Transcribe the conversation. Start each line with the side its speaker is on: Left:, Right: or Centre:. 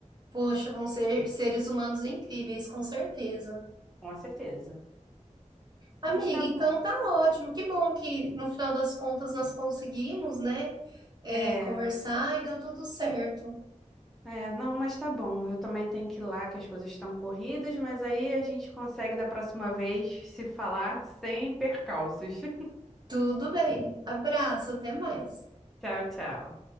Right: poxa, vão ser seres humanos incríveis, com certeza.
Centre: com certeza.
Right: Amiga,
Centre: Mas tá
Right: então
Centre: bom.
Right: tá ótimo. Que bom que no final das contas nós conseguimos, né? é,
Centre: É,
Right: conversar e deu tudo certo.
Centre: é, não, mas tá bom. Eu também tenho que ir lá, que as coisas estão corridas, mas aí a gente consegue da próxima vez se falar sem percalços. <laughs>
Right: Tudo bem. Abraço, até mais.
Centre: Tchau, tchau.